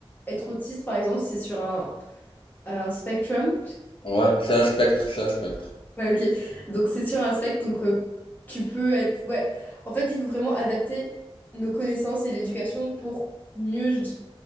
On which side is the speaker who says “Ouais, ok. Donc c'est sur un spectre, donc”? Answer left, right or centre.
Left